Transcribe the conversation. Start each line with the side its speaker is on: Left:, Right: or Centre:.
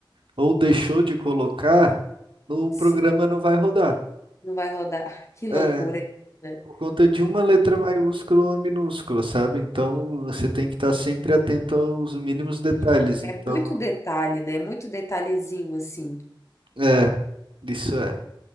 Right: ou deixou de colocar, o
Left: sim,
Right: programa não vai rodar.
Left: não vai rodar. <laughs> Que loucura,
Right: É,
Left: né?
Right: por conta de uma letra maiúscula ou minúscula, sabe? Então você tem que estar sempre atento aos mínimos detalhes.
Left: É, tipo, é
Right: Então,
Left: muito detalhe, né? Muito detalhezinho assim.
Right: é, isso é.